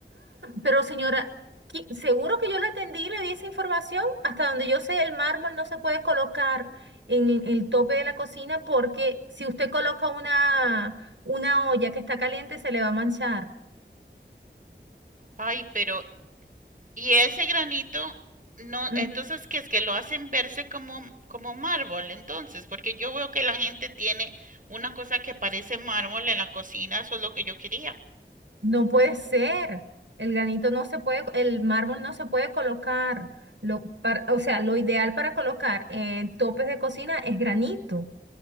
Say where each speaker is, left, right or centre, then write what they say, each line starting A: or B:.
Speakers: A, on the right (about 80°); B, on the right (about 45°).
A: Pero señora, qui- seguro que yo la atendí y le di esa información. Hasta donde yo sé, el mármol no se puede colocar en el el tope de la cocina porque si usted coloca una, una olla que está caliente, se le va a manchar.
B: Ay, pero Y ese granito, no,
A: Ujú.
B: entonces, ¿qué es que lo hacen verse como, como mármol? Entonces, porque yo veo que la gente tiene una cosa que parece mármol en la cocina, eso es lo que yo quería.
A: No puede ser. El granito no se puede, el mármol no se puede colocar. Lo, para- o sea, lo ideal para colocar en topes de cocina es granito.